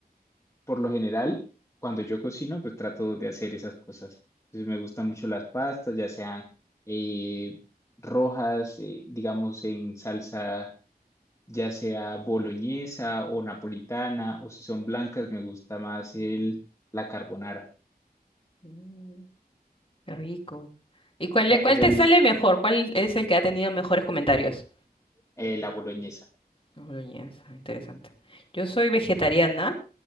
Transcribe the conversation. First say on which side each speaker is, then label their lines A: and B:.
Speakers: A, on the left; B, on the left.
A: por lo general, cuando yo cocino, pues trato de hacer esas cosas. Entonces, me gustan mucho las pastas, ya sean eh, rojas, eh, digamos, en salsa ya sea boloñesa o napolitana, o si son blancas, me gusta más el, la carbonara,
B: Mm. Qué rico. ¿Y cuál,
A: o sea,
B: cuál
A: en realidad,
B: te sale mejor? ¿Cuál es el que ha tenido mejores comentarios?
A: eh, la boloñesa.
B: Boloñesa, interesante. Yo soy vegetariana